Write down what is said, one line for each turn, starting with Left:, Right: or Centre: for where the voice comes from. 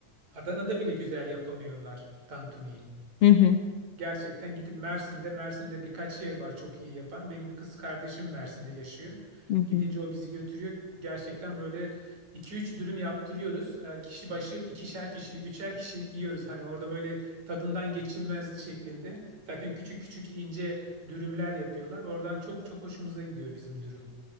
Right: Adana'da bile güzel yapamıyorlar tantuniyi.
Left: Hı hı.
Right: Gerçekten gidip Mersin'de, Mersin'de birkaç yer var çok iyi yapan. Benim kız kardeşim Mersin'de yaşıyor.
Left: hı hı.
Right: Gidince o bizi götürüyor. Gerçekten böyle iki üç dürüm yaptırıyoruz. Ee, Kişi başı ikişer kişilik, üçer kişilik yiyoruz. Hani orada böyle tadından geçilmez şeklinde. Zaten küçük küçük ince dürümler yapıyorlar. Oradan çok çok hoşumuza gidiyor bizim dürüm.